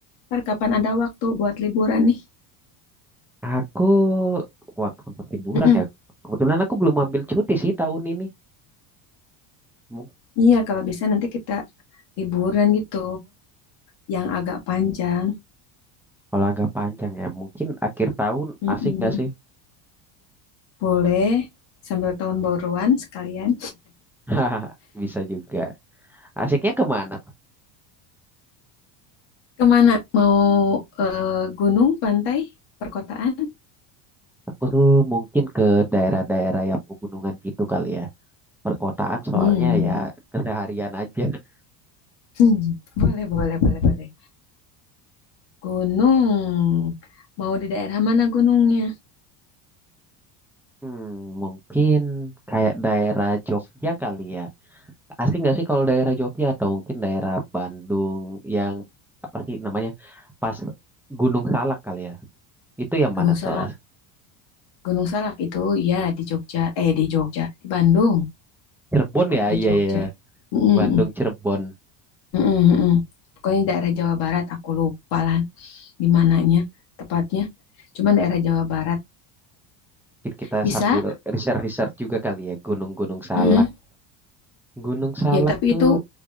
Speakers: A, on the left; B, in the centre.
A: Ntar kapan ada waktu buat liburan nih?
B: Aku waktu untuk liburan
A: Mm-mm.
B: ya. Kebetulan aku belum ambil cuti sih tahun ini. Mung-
A: Iya, kalau bisa nanti kita liburan gitu, yang agak panjang.
B: Kalau agak panjang ya, mungkin akhir tahun
A: Mm-mm.
B: asik gak sih?
A: Boleh, sambil tahun baruan sekalian.
B: <laughs> Hahaha, Bisa juga. Asiknya kemana?
A: Kemana? Mau eh, gunung, pantai, perkotaan?
B: Aku tuh mungkin ke daerah-daerah yang pegunungan gitu kali ya. Perkotaan soalnya
A: Hmm.
B: ya
A: <laughs>
B: keseharian aja. <laughs>
A: Hmm. Boleh, boleh, boleh, boleh. Gunung. Mau di daerah mana gunungnya?
B: Hmm, mungkin kayak daerah Jogja kali ya. Asik nggak sih kalau daerah Jogja atau mungkin daerah Bandung yang apa sih namanya? Pas Gunung Salak kali ya. Itu yang
A: Gunung
B: mana
A: Salak.
B: tuh?
A: Gunung Salak itu ya di Jogja. Eh, di Jogja. Di Bandung.
B: Cirebon
A: Kok
B: ya?
A: di
B: Iya,
A: Jogja?
B: iya, iya.
A: Mm-mm.
B: Bandung, Cirebon.
A: Mm-mm, mm-mm. Pokoknya daerah Jawa Barat, aku lupa lah di mananya tepatnya. Cuman daerah Jawa Barat
B: Mungkin kita
A: bisa.
B: sambil research-research juga kali ya. Gunung-gunung Salak.
A: mm-mm.
B: Gunung Salak
A: Ya, tapi
B: tuh.
A: itu